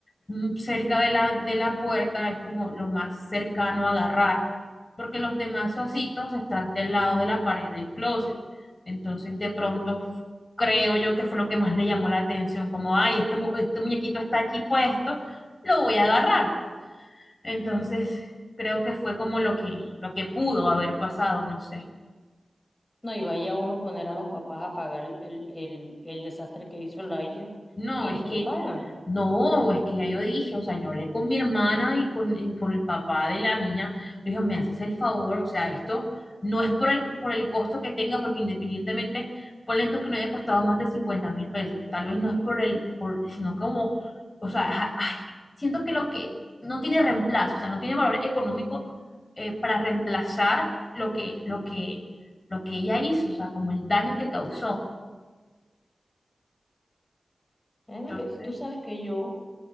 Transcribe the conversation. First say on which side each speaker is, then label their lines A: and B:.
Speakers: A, on the left; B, on the left.
A: mm, cerca de la, de la puerta, es como lo más cercano a agarrar, porque los demás ositos están del lado de la pared del closet. Entonces de pronto f- creo yo que fue lo que más le llamó la atención, como, ay, este, mu- este muñequito está aquí puesto, lo voy a agarrar. Entonces creo que fue como lo que, lo que pudo haber pasado, no sé.
B: No, y vaya uno a poner a los papás a pagar el, el, el- el desastre que hizo la hija
A: No,
B: y
A: es
B: no
A: que,
B: lo pagan.
A: no, es que ya yo dije, o sea, yo hablé con mi hermana y con, y con el papá de la niña, le dije, me haces el favor, o sea, esto no es por el, por el costo que tenga, porque independientemente, ponle tú que no haya costado más de 50 mil pesos, tal vez no es por el, por, sino como, o sea, ja- ay, siento que lo que no tiene reemplazo, o sea, no tiene valor económico eh, para reemplazar lo que, lo que, lo que ella hizo, o sea, como el daño que causó.
B: Créeme
A: Entonces,
B: que tú sabes que yo